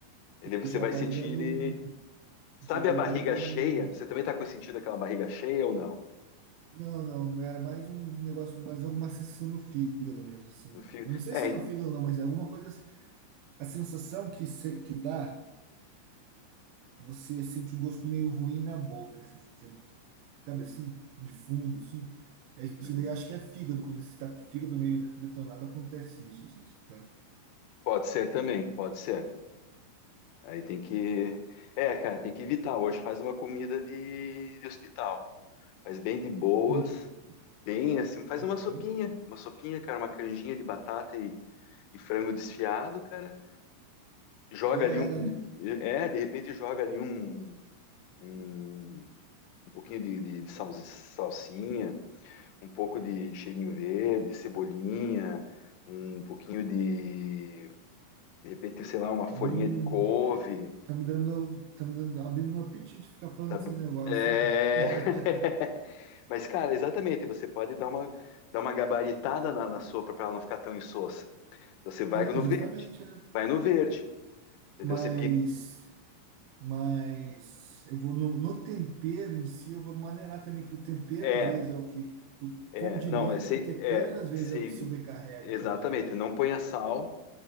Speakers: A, on the left; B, on the right.
A: Ele, você
B: e já
A: vai
B: vai
A: sentir
B: dando
A: ele.
B: um,
A: Sabe
B: já vai
A: a barriga
B: dando um,
A: cheia? Você também tá com sentido aquela barriga cheia ou não?
B: não, não, é mais um negócio, mais alguma sensação no fígado mesmo, assim.
A: Eu fico-
B: Não sei
A: É,
B: se é no fígado ou não, mas é alguma coisa, a sensação que se- que dá, você sente um gosto meio ruim na boca, assim, sabe assim, de fundo, assim. É
A: uhum.
B: isso daí, acho que é fígado, quando você está com o fígado meio detonado, acontece isso, assim, sabe?
A: pode ser também, pode ser. Aí tem que, é, cara, tem que evitar. Hoje faz uma comida de, de hospital, faz bem de boas,
B: Sim.
A: bem assim, faz
B: Aham.
A: uma sopinha, uma sopinha, cara, uma canjinha de batata e, e frango desfiado, cara. joga
B: Já
A: ali
B: era,
A: um.
B: né?
A: É, de repente joga ali um, um, um pouquinho de, de, de sal- salsinha, um pouco de cheirinho verde, cebolinha, um pouquinho de. De repente, sei lá, uma folhinha
B: Hum,
A: de couve.
B: tá me dando, tá me dando, abrindo meu apetite ficar falando
A: sabe?
B: desses negócios,
A: É.
B: hein? <laughs> cara?
A: <laughs> Mas, cara, exatamente, você pode dar uma, dar uma gabaritada na, na sopa para ela não ficar tão insossa. Você vai
B: Sim,
A: no
B: justamente,
A: verde,
B: né?
A: vai no verde, entendeu?
B: Mas,
A: Você pica.
B: mas eu vou no, no tempero em si, eu vou maneirar também que o tempero
A: É,
B: às vezes é o que, o
A: É,
B: condimento
A: não, é, sei,
B: e o tempero
A: é,
B: às vezes
A: sei,
B: é o que sobrecarrega
A: exatamente.
B: também, né?
A: Não ponha sal